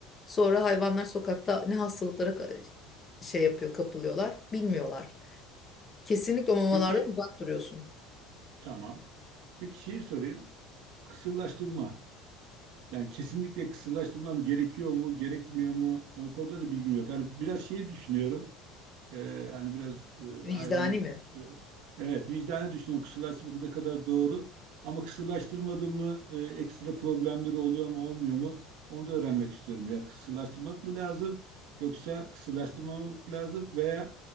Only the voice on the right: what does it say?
Peki
tamam. Peki şeyi sorayım. Kısırlaştırma. Yani kesinlikle kısırlaştırmam gerekiyor mu, gerekmiyor mu? O konuda da bilgim yok. Hani biraz şey düşünüyorum. Ee, hani biraz e,
hayvanı
e, evet vicdani düşünüyorum. Kısırlaştırmak ne kadar doğru ama kısırlaştırmadı mı e, ekstra problemleri oluyor mu olmuyor mu? Onu da öğrenmek istiyorum. Ya kısırlaştırmak mı lazım yoksa kısırlaştırmamak lazım veya